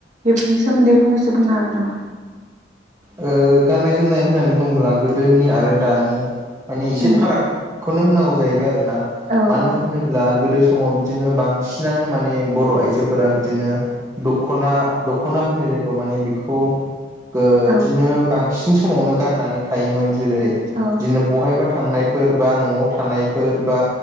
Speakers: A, on the right; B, on the right.
A: बेफोरनि सोमोन्दै फंनैसो बुंनो हागोन नामा?
B: ओ गाननाय जोमनाय होननानै बुङोब्ला गोदोनि आरो दानि मानि एसे
A: उम
B: फारागखौनो होननांगौ जाहैबाय आरोना
A: औ
B: मानो
A: औ
B: होनोब्ला गोदो समाव बिदिनो बांसिनानो माने बर' आइजोफोरा बिदिनो दख'ना दख'ना होनो जेरखौ माने बिखौ ओ बिदिनो
A: औ
B: बांसिन समावनो गाननानै थायोमोन जेरै
A: औ
B: बिदिनो बहायबा थांनाय फोर बा न'आव थानायफोर बा